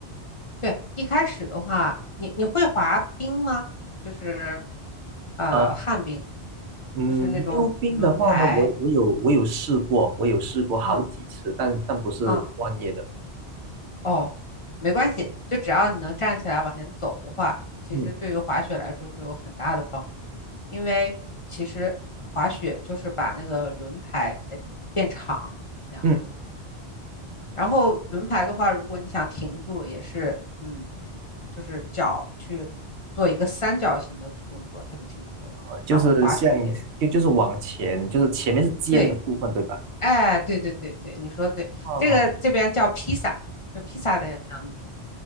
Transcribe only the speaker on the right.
呃，嗯，
溜冰的话呢，我我有我有试过，我有试过好几次，
但但不是专业的。
嗯
嗯，
呃，就是像就就是往前，
就是前面是尖的部分，
对吧？
哦